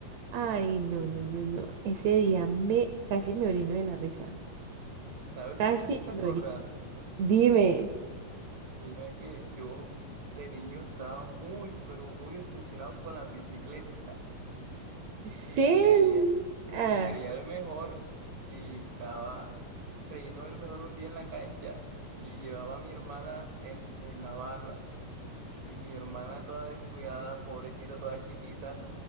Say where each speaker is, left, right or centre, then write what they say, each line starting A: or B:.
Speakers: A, on the right (about 75°); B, on the right (about 40°).
A: Ay, no, no, no, no. Ese día me casi me orino de la risa.
B: ¿Sabes
A: Casi
B: qué me hiciste acordar?
A: me orino. Dime,
B: Mira que yo de niño estaba muy, pero muy obsesionado con las bicicletas <laughs>
A: ¿sí?
B: y me creía, y
A: Ah,
B: me creía el mejor y estaba creyéndome el mejor un día en la cancha y llevaba a mi hermana en, en la barra y mi hermana toda descuidada, pobrecita, toda chiquita,